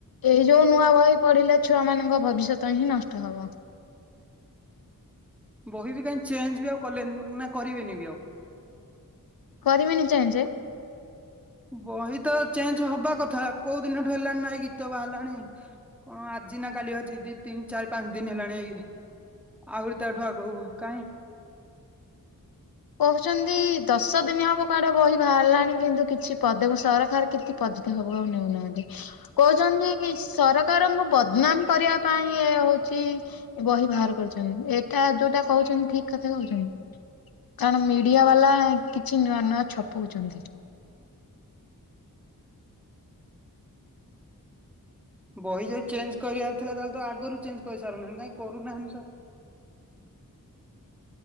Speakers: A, on the left (about 80°); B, in the centre.
A: ଏଇ ଯୋଉ ନୂଆ ବହି ପଢିଲେ ଛୁଆ ମାନଙ୍କ ଭବିଷ୍ୟତ ହିଁ ନଷ୍ଟ ହବ।
B: ବହି ବି କାଇଁ ଚେଞ୍ଜ ବି ଆଉ କଲେନି, ନା କରିବେନି ବି ଆଉ।
A: କରିବେନି ଚେଞ୍ଜ।
B: ବହି ତ ଚେଞ୍ଜ ହବା କଥା, କୋଉ ଦିନଠୁ ହେଲାଣି ନା ଏଇ ଗୀତ ବାହାରିଲାଣି। କଣ ଆଜି ନା କାଲି ଅଛି ଦି ତିିନ୍ ଚାରି ପାଞ୍ଚ ଦିନ୍ ହେଲାଣି ଏଇ ଆହୁରି ତାଠୁ ଆଗ କାଇଁ
A: କହୁଚନ୍ତି ଦଶ ଦିନ ହବ କୁଆଡେ ବହି ବାହାରିଲାଣି କିନ୍ତୁ କିଛି <unintelligible> ସରକାର କିଛି <unintelligible> ଆଉ ନେଉନାହାନ୍ତି। କହୁଚନ୍ତି ସରକାରଙ୍କୁ ବଦନାମ୍ କରିବା ପାଇଁ ଏ ହଉଚି ବହି ଭାର କରିଚନ୍ତି, ଏଟା ଯୋଉଟା କହୁଚନ୍ତି ଠିକ୍ କଥା କହୁଚନ୍ତି? କାରଣ ମିଡିଆ ବାଲା କିଛି ନୂଆ-ନୂଆ ଛପଉଚନ୍ତି।
B: ବହି ଯଦି ଚେଞ୍ଜ କରିବାର ଥିଲା ତାହେଲେ ତ ଆଗରୁ ଚେଞ୍ଜ କରିସାରନ୍ତେଣି କାଇଁ କରୁନାହାନ୍ତି ତ।